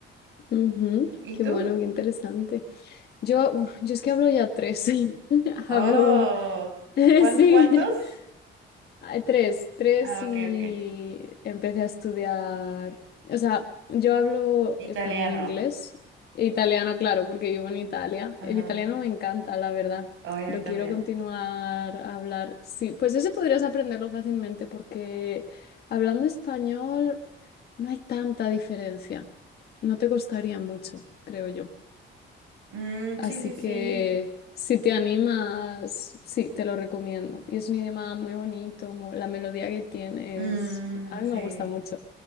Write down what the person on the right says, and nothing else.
¿Y
tú?
Oh,
¿cuán-
¿cuántos?
Ah,
ok, ok.
Italiano.
Ajá.
Ay, a
mí también.
Mm,
sí, sí, sí.
Mm,
sí.